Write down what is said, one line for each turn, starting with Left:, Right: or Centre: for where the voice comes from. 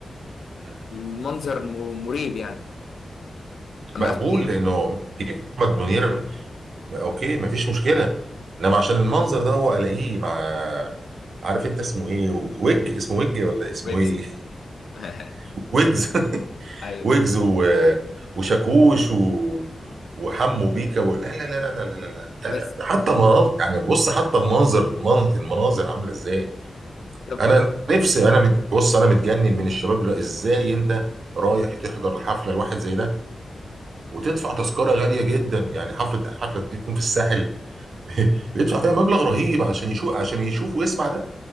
Right: مم.
Left: المنظر م- مريب يعني اما
Right: مقبول
Left: قافلين
Right: لانه محمد منير اوكي مفيش مشكله انما عشان المنظر ده هو الاقيه مع عارف انت اسمه ايه ويج اسمه ويج ولا اسمه
Left: بريكس
Right: ايه
Left: <laughs>
Right: <laughs> ويجز
Left: ايوه
Right: ويجز و... وشاكوش و... وحمو بيكا و... لا لا لا لا لا لا لا لا
Left: بس
Right: لا. حتى المناظر يعني بص حتى المنظر المنظر, المناظر عامله ازاي
Left: طب
Right: انا
Left: بص
Right: نفسي انا مت... بص انا متجنن من الشباب دلوقتي ازاي انت رايح تحضر الحفله الواحد زي ده وتدفع تذكره غاليه جدا يعني حفله الحفله دي تكون في الساحل بيدفع فيها مبلغ رهيب عشان يشوف عشان يشوف ويسمع ده